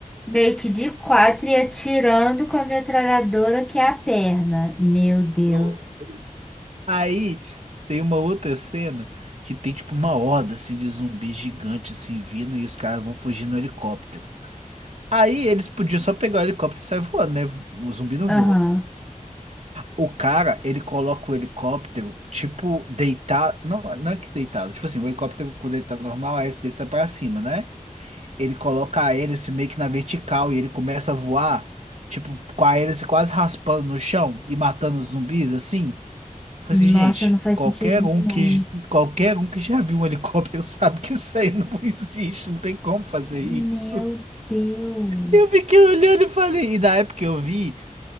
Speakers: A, in the centre; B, on the right (about 55°).
A: meio que de quatro e atirando com a metralhadora que é a perna. Meu Deus.
B: No- Aí tem uma outra cena que tem tipo uma horda assim de zumbi gigante assim vindo e os caras vão fugir no helicóptero. Aí eles podiam só pegar o helicóptero e sair voando, né? O zumbi não
A: Aham.
B: voa. O cara, ele coloca o helicóptero, tipo, deitado. Não, não é que deitado. Tipo assim, o helicóptero quando ele tá normal, aí ele deita pra cima, né? ele coloca a hélice meio que na vertical e ele começa a voar, tipo, com a hélice quase raspando no chão e matando os zumbis, assim. Falei
A: Nossa,
B: assim, gente,
A: não faz
B: qualquer
A: sentido nenhum.
B: um que, qualquer um que já viu um helicóptero <laughs> sabe que isso aí não <laughs> existe, não tem como fazer
A: Meu
B: isso.
A: Deus.
B: Eu fiquei olhando e falei, e na época que eu vi,